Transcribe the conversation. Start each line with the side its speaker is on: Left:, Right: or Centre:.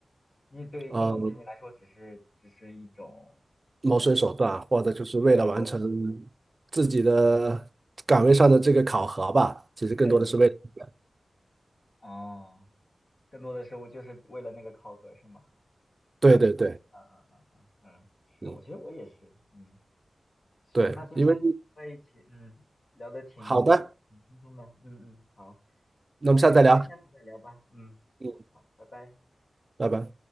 Left: 你对于工作对你来说只是只是一种
Right: 呃谋生手段，
Left: 无，
Right: 或者就是为了完成
Left: 对某种程度
Right: 自己的岗位上的这个考核吧。其实更多的是为了，
Left: 对对对，哦，更多的是我就是为了那个考核是吗？
Right: 对对对，
Left: 嗯嗯嗯嗯嗯，是我其实我也是，
Right: 嗯，
Left: 嗯。行，
Right: 对，
Left: 那今天在一起，
Right: 因为
Left: 嗯，聊得挺挺轻松的，
Right: 好的，
Left: 嗯嗯，好，
Right: 那我们下次再聊，
Left: 那我们有时间下次再聊吧，嗯，
Right: 嗯，
Left: 好，拜拜。
Right: 拜拜。